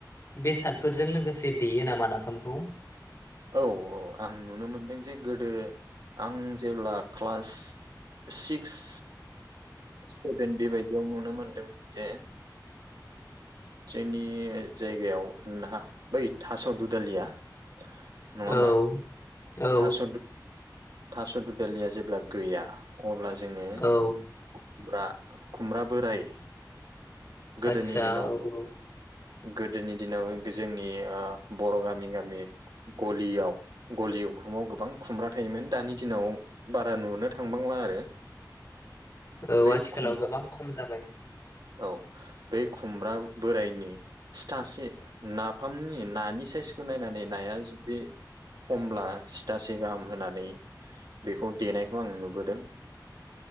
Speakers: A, on the left; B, on the right.
A: बेसादफोरजों लोगोसे लोगोसे देयो नामा नाफामखौ
B: औ औ आं नुनो मोनदों जे गोदो आं जेब्ला क्लास सिक्स। स्भेन बेबायदियाव नुनो मोनदों जे जोंनि जायगायाव न बै थास' दुदालिया नङा
A: औ।
B: होमबा
A: औ
B: थास' थास' ददलिया जेब्ला गैया। अब्ला जोङोुमब
A: औ
B: खुमब्रा बोराय गोदोनि
A: आतसा
B: दिनाव
A: औ।
B: गोदोनि दिनाव जोंनि बर' गामि गामि गलियाव गलियाव खुमाव गोबां खुमब्रा थायोमोन दानि दिनाव बारा नुनो थांबांला आरो।
A: औ
B: बै
A: आथिखालाव
B: खुम
A: गोबां खम जाबाय।
B: औ बै खुमब्रा बोरायनि सिथासे नाफामनि नानि साइस बेखौ नायनानै नाया जुदि खमब्ला सिथासे गाहाम होनानै बेखौ देनायखौ आं नुबोदों।